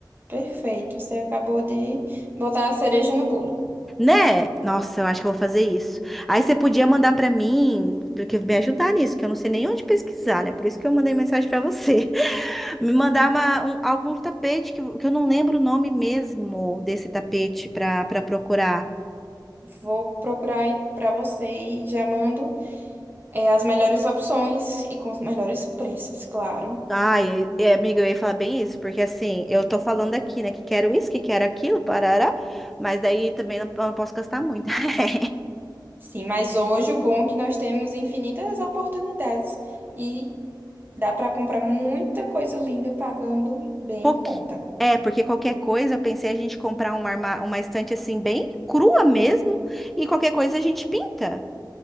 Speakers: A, on the right; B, in the centre.
A: Perfeito. Você acabou de botar a cereja no bolo.
B: Né? Nossa, eu acho que eu vou fazer isso. Aí você podia mandar pra mim, porque me ajudar nisso, que eu não sei nem onde pesquisar, né? Por isso que eu mandei mensagem pra você. <laughs> Me mandar uma, um, algum tapete que, que eu não lembro o nome mesmo desse tapete pra para procurar.
A: Vou procurar aí pra você e já mando é, as melhores opções e com os melhores preços, claro.
B: Ai, é, é, amiga, eu ia falar bem isso, porque assim, eu tô falando aqui, né, que quero isso, que quero aquilo, parará, mas daí também não, eu não posso gastar muito. <laughs>
A: Sim, mas hoje o bom é que nós temos infinitas oportunidades e dá pra comprar muita coisa linda pagando bem
B: Pouqui...
A: em conta.
B: É, porque qualquer coisa, eu pensei a gente comprar uma, arma- uma estante assim, bem crua mesmo, e qualquer coisa a gente pinta.